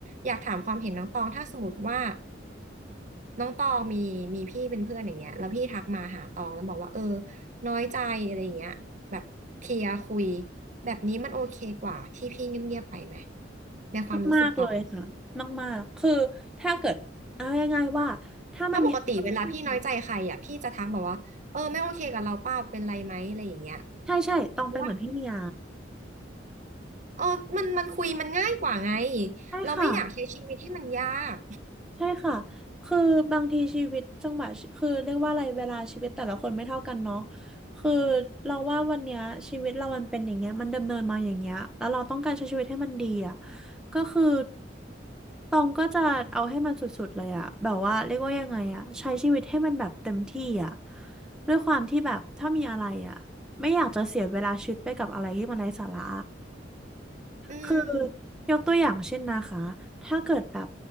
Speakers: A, on the right (about 40°); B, in the centre.
A: อยากถามความเห็นน้องตองถ้าสมมติว่าน้องตองมีมีพี่เป็นเพื่อนอย่างเงี้ยแล้วพี่ทักมาหาตองแล้วบอกว่าเออน้อยใจอะไรอย่างเงี้ยแบบเคลียร์คุยแบบนี้มันโอเคกว่าที่พี่เงียบๆไปไหมในความรู้สึกตอง
B: มากๆเลยค่ะมากๆคือถ้าเกิดเอาง่ายๆว่าถ้ามันมีอะไรที่มัน
A: เพราะปกติเวลาพี่น้อยใจใครอ่ะพี่จะทักแบอกว่าเออไม่โอเคกับเราเปล่าเป็นไรไหมอะไรอย่างเงี้ย
B: ใช่ใช่ตองไปนเหมือนพี่เมีย
A: เพราะว่าเออมันมันคุยมันง่ายกว่าไง
B: ใช่ค่ะ
A: เราไม่อยากใช้ชีวิตที่มันยาก
B: ใช่ค่ะ คือบางทีชีวิตจังหวะชีคือเรียกว่าอะไรเวลาชีวิตแต่ละคนไม่เท่ากันเนาะคือเราว่าวันเนี้ยชีวิตเรามันเป็นอย่างเงี้ยมันดำเนินมาอย่างเงี้ยแล้วเราต้องการใช้ชีวิตให้มันดีอ่ะก็คือตองก็จะเอาให้มันสุดๆเลยอ่ะ แบบว่าเรียกว่ายังไงอ่ะใช้ชีวิตให้มันแบบเต็มที่อ่ะด้วยความที่แบบถ้ามีอะไรอ่ะไม่อยากจะเสียเวลาชีวิตไปกับอะไรที่มันไร้สาระ
A: อืม
B: คือยกตัวอย่างเช่นนะคะถ้าเกิดแบบ